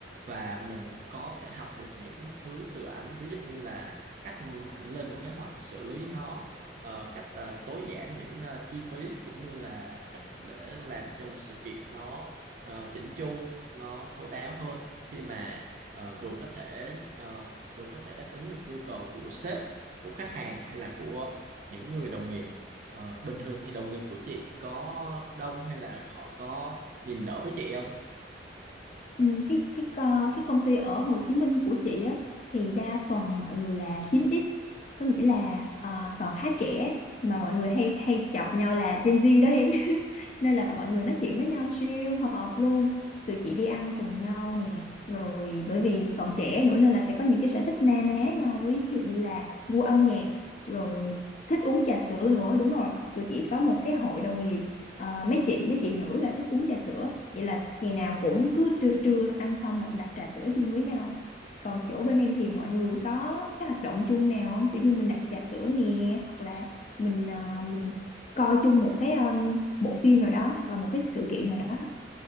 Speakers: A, on the right (about 45°); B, on the left (about 40°).
A: và mình có thể học được những thứ từ ảnh ví dụ như là cách ảnh lên một kế hoạch xử lý nó ờ, cách ờ, tối giản những ờ, chi phí cũng như là cách để làm cho một sự kiện nó ờ, chỉnh chu nó thấu đáo hơn khi mà ờ, vừa có thể ờ, vừa có thể đáp ứng được nhu cầu của sếp của khách hàng hay là của những người đồng nghiệp Ờ, bình thường thì đồng nghiệp của chị có đông hay là họ có niềm nở với chị không?
B: Ừ, cái cái co- cái công ty ở Hồ Chí Minh của chị á thì đa phần mọi người là 9X có nghĩa là ờ, còn khá trẻ mà mọi người hay hay chọc nhau là Gen Z đó em <laughs> nên là mọi người nói chuyện với nhau siêu hợp luôn tụi chị đi ăn cùng nhau nè rồi bởi vì còn trẻ nữa nên là sẽ có những cái sở thích na ná nhau ví dụ như là gu âm nhạc rồi thích uống trà sữa nữa đúng rồi tụi chị có một cái hội đồng nghiệp Ờ, mấy chị mấy chị nữ là thích uống trà sữa vậy là ngày nào cũng cứ trưa trưa ăn xong là đặt trà sữa chung với nhau còn chỗ bên em thì mọi người có cái hoạt động chung nào không kiểu như mình đặt trà sữa nè hoặc là mình ờ, mình coi chung một cái ờ, bộ phim nào đó hoặc là một cái sự kiện nào đó